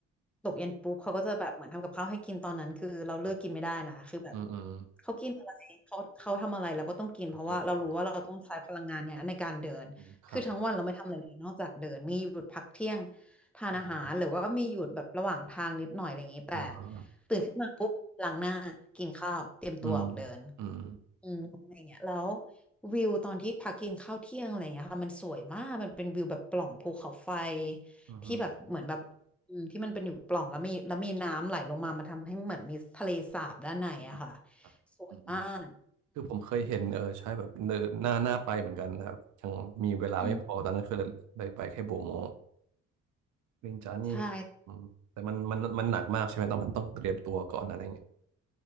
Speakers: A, in the centre; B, on the right.
A: ตกเย็นปุ๊บเขาก็จะแบบเหมือนทำกับข้าวให้กินตอนนั้นคือเราเลือกกินไม่ได้นะคือแบบ
B: ครับอืมอืม
A: เขากินอะไรเขาเขาทำอะไรเราก็ต้องกินเพราะว่าเรารู้ว่าเราต้องใช้พลังงานเนี้ยในการเดินคือทั้งวันเราไม่ทำอะไรเลยนอกจากเดินมีหยุดพักเที่ยง
B: ก็กินหมออืมครับ
A: ทานอาหารหรือว่ามีหยุดแบบระหว่างทางนิดหน่อยอะไรอย่างนี้แต่
B: อืมอืมอ่าฮะ
A: ตื่นขึ้นมาปุ๊บล้างหน้ากินข้าวเตรียมตัวออกเดิน
B: อืมอืม
A: อืมอะไรเงี้ยแล้ววิวตอนที่พักกินข้าวเที่ยงอะไรเงี้ยค่ะมันสวยมากมันเป็นวิวแบบปล่องภูเขาไฟ
B: อืม
A: ที่แบบเหมือนแบบ อืมที่มันเป็นอยู่ปล่องแล้วมีแล้วมีน้ำไหลลงมามาทำให้เหมือนมีทะเลสาบด้านในอะค่ะ
B: อืมครับอืมอืม
A: สวยมาก
B: คือผมเคยเห็นเออใช่แบบเนอหน้าหน้าไปเหมือนกันนะครับยังมีเวลาไม่พอตอนนั้นคือเลยเลยไปแค่โบโม
A: อืม
B: ลินจานี่คืออืมแต่มันมันมันหนักมากใช่ไหมต้องแบบต้องเตรียมตัวก่อนอะไรเงี้ย
A: ใช่